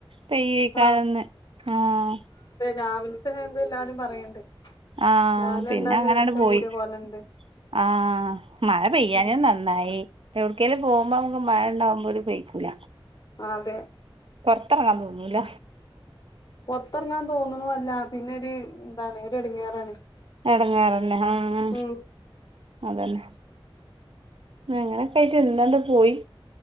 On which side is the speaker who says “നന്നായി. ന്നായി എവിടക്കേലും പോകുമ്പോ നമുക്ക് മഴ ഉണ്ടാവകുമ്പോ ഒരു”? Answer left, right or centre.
Right